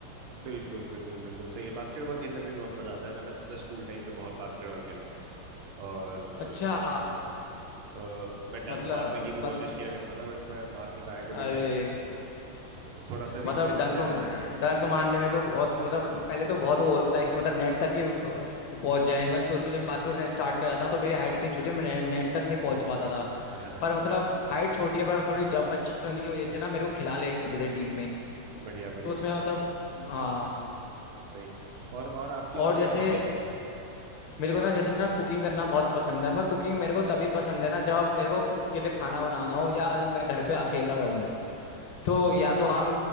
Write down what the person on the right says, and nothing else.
बिल्कुल बिल्कुल बिल्कुल सही है बास्केटबॉल खेलने में भी बहुत मजा आता है मैंने अपने स्कूल टाइम में बहुत बास्केटबॉल खेला है और
हाँ तो मैं डंक
मारने की भी
कोशिश किया करता था बट मैं मार नहीं पाया कभी
डंक <laughs> थोड़ा सा रिंग
से नीचे
रह जाता
हाँ
हाँ हाँ
हाँ,
बढ़िया बढ़िया
सही और और आपकी
और
क्या हॉबीज हैं
हम्म,